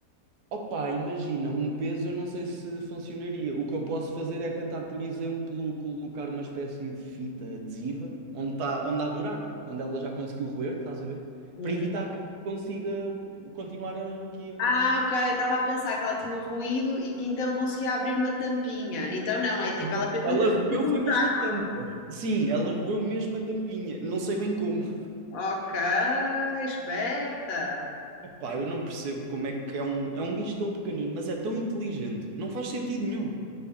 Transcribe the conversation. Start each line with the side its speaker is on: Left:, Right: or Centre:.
Right: Opa, imagina, um peso eu não sei se funcionaria. O que eu posso fazer é tentar, por exemplo, colocar uma espécie de fita adesiva onde, tá, onde há buraco, onde ela já conseguiu roer, estás a ver?
Left: Uhum.
Right: Para evitar que ela consiga continuar aqui a.
Left: Ah, ok, eu estava a pensar que ela tinha ruído e que então conseguia abrir uma tampinha. Então não, é tipo,
Right: Não,
Left: ela fez literalmente
Right: Ela roeu
Left: um
Right: foi mesmo
Left: buraco.
Right: a tampa. Sim, ela roeu mesmo a tampinha. Não sei bem como.
Left: Ok, esperta.
Right: Pá, eu não percebo como é que é um, é um bicho tão pequenino, mas é tão inteligente. Não faz sentido nenhum.